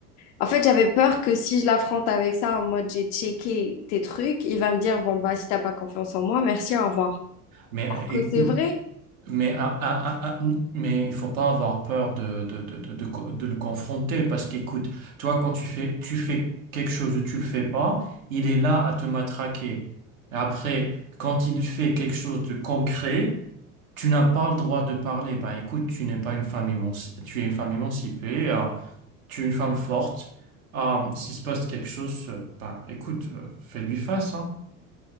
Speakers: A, on the left; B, on the right.
A: En fait, j'avais peur que si je l'affronte avec ça, en mode j'ai checké tes trucs, il va me dire, bon, bah, si t'as pas confiance en moi, merci, au revoir.
B: Mais euh,
A: Or que
B: écoute,
A: c'est vrai.
B: mais, ah, ah, ah, ah, n- mais il faut pas avoir peur de, de, de, de, de co- de le confronter parce qu'écoute, toi, quand tu fais, tu fais quelque chose ou tu le fais pas, il est là à te matraquer. Et après, quand il fait quelque chose de concret, tu n'as pas le droit de parler. Ben écoute, tu n'es pas une femme émancipée, tu es une femme émancipée. euh, tu es une femme forte. Ah, s'il se passe quelque chose, euh, ben, écoute, euh, fais-lui face, hein.